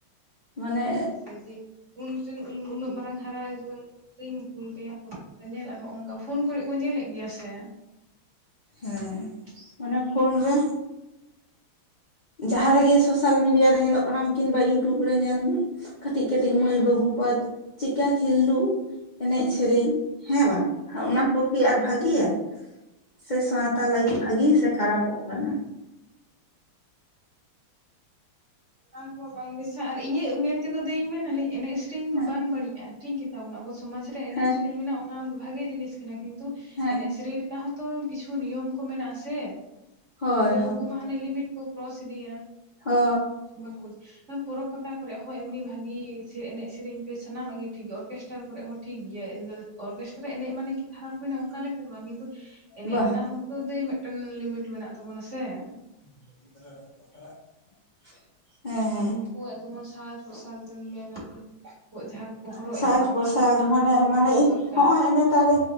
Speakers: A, on the left (about 35°); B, on the right (about 35°).
A: ᱢᱟᱱᱮ
B: ᱚᱱᱟ ᱜᱮ ᱥᱮ ᱡᱮ ᱩᱱ ᱨᱮᱱ ᱩᱱᱟᱹᱜ ᱢᱟᱨᱟᱝ ᱦᱟᱨᱟ ᱡᱩᱣᱟᱹᱱ ᱜᱤᱫᱽᱨᱟᱹᱧ ᱠᱩᱞ ᱠᱟᱭᱟ ᱯᱚᱨᱚᱵ ᱯᱟᱛᱟ ᱧᱮᱞ ᱟᱨ ᱦᱚᱸᱜ ᱚᱱᱠᱟ ᱯᱷᱩᱱ ᱠᱚ ᱨᱮ ᱠᱚ ᱧᱮᱞᱮᱜ ᱜᱮᱭᱟ ᱥᱮ ᱾
A: ᱦᱮᱸ ᱚᱱᱟ ᱯᱷᱳᱱ ᱨᱮ ᱡᱟᱦᱟᱸ ᱨᱮ ᱜᱮ ᱥᱳᱥᱟᱞ ᱢᱤᱰᱤᱭᱟ ᱨᱮ ᱧᱮᱞᱚᱜ ᱠᱟᱱᱟ ᱠᱤᱝᱵᱟ ᱤᱭᱩᱴᱩᱵᱽ ᱨᱮ ᱧᱮᱞ ᱢᱮ ᱠᱟᱹᱴᱤᱡ ᱠᱟᱹᱴᱤᱡ
B: ᱦᱩᱸ
A: ᱢᱟᱹᱭ ᱵᱟᱹᱵᱩ ᱠᱚ ᱪᱮᱜᱠᱟ ᱠᱷᱤᱞᱰᱩ ᱮᱱᱮᱡ ᱥᱮᱨᱮᱧ ᱦᱮᱸ ᱵᱟᱝ ᱚᱱᱟ ᱠᱚ ᱠᱤ ᱟᱨ ᱵᱷᱟᱹᱜᱤᱭᱟ? ᱥᱮ ᱥᱟᱶᱛᱟ
B: ᱦᱩᱸ
A: ᱞᱟᱹᱜᱤᱫ ᱵᱷᱹᱟᱜᱤ ᱥᱮ ᱠᱷᱟᱨᱟᱯᱚᱜ ᱠᱟᱱᱟ?
B: ᱵᱟᱝ ᱵᱟᱝ ᱵᱮᱥᱟ ᱟᱨ ᱤᱧᱟᱹᱜ ᱢᱮᱱ ᱛᱮ ᱫᱚ ᱫᱟᱹᱭ ᱤᱧ ᱢᱮᱱᱟ ᱞᱟᱹᱭ ᱮᱱᱮᱡ ᱥᱮᱨᱮᱧ
A: ᱦᱮᱸ
B: ᱫᱚ ᱵᱟᱝ ᱵᱟᱹᱲᱤᱡᱼᱟ ᱾ ᱴᱷᱤᱠ ᱜᱮᱛᱟ ᱵᱚᱱᱟ ᱟᱵᱚ ᱥᱚᱢᱟᱡᱽ ᱨᱮ ᱮᱱᱮᱡ
A: ᱦᱮᱸ
B: ᱥᱮᱨᱮᱧ ᱢᱮᱱᱟᱜᱼᱟ ᱚᱱᱟ ᱫᱚ ᱵᱷᱟᱜᱮ ᱡᱤᱱᱤᱥ ᱠᱟᱱᱟ ᱠᱤᱱᱛᱩ
A: ᱦᱮᱸ
B: ᱮᱱᱮᱡ ᱥᱮᱨᱮᱧ ᱨᱮᱱᱟᱜ ᱦᱚᱸ ᱛᱚ ᱠᱤᱪᱷᱩ ᱱᱤᱭᱚᱢ ᱠᱚ ᱢᱮᱱᱟᱜᱼᱟ ᱥᱮ
A: ᱦᱳᱭ
B: ᱟᱫᱚ ᱱᱩᱠᱩ ᱢᱟ ᱦᱟᱱᱮ ᱞᱤᱢᱤᱴ ᱠᱚ ᱠᱨᱚᱥ ᱤᱫᱤᱭᱟ ᱾
A: ᱦᱚ
B: <unintelligible> ᱯᱚᱨᱚᱵᱽ ᱯᱟᱛᱟ ᱠᱚᱨᱮᱜ ᱦᱚᱸ ᱮᱢᱱᱤ ᱵᱷᱟᱹᱜᱤ ᱥᱮ ᱮᱱᱮᱡ ᱥᱮᱨᱮᱧ ᱯᱮ ᱥᱟᱱᱟᱢᱟᱜ ᱜᱮ ᱴᱷᱤᱠ ᱜᱮᱭᱟ ᱚᱨᱠᱮᱥᱴᱟᱨ ᱠᱚᱨᱮᱜ ᱦᱚᱸ ᱴᱷᱤᱠ ᱜᱮᱭᱟ <unintelligible> ᱚᱨᱜᱮᱥᱴᱟᱨ ᱨᱮ ᱮᱱᱮᱡ ᱢᱟᱱᱮ ᱜᱤ ᱠᱷᱟᱨᱟᱯ ᱦᱩᱭᱱᱟ ᱚᱱᱠᱟ ᱞᱮᱠᱟ ᱫᱚ ᱵᱟᱝ ᱠᱤᱱᱛᱩ ᱮᱱᱮᱡ
A: ᱵᱟ
B: ᱨᱮᱱᱟᱜ ᱦᱚᱸ ᱛᱚ ᱫᱟᱹᱭ ᱢᱤᱫᱴᱮᱱ ᱞᱤᱢᱤᱴ ᱢᱮᱱᱟᱜ ᱛᱟᱵᱚᱱᱟ ᱥᱮ ᱾
A: <unintelligible> ᱦᱮᱸ
B: ᱟᱨ ᱩᱱᱠᱩᱣᱟᱜ ᱡᱮᱢᱚᱱ ᱥᱟᱡᱽ ᱯᱳᱥᱟᱠ ᱵᱮᱱ ᱢᱮᱱᱟ‌ ᱵᱤᱱ ᱩᱱᱠᱩ ᱡᱟᱦᱟᱸ ᱠᱚ ᱠᱚ ᱦᱚᱨᱚᱜ
A: ᱥᱟᱡᱽ
B: ᱮᱫᱟ ᱚᱱᱟ
A: ᱯᱳᱥᱟᱠ
B: ᱠᱚ ᱨᱮᱱᱟᱜ
A: ᱢᱟᱱᱮ
B: ᱦᱚᱸ
A: ᱢᱟᱱᱮ
B: ᱡᱩᱛ ᱫᱚᱨᱠᱟᱨ
A: ᱦᱚᱜᱼᱚᱭ
B: ᱾
A: ᱱᱮᱛᱟᱨ ᱫᱚ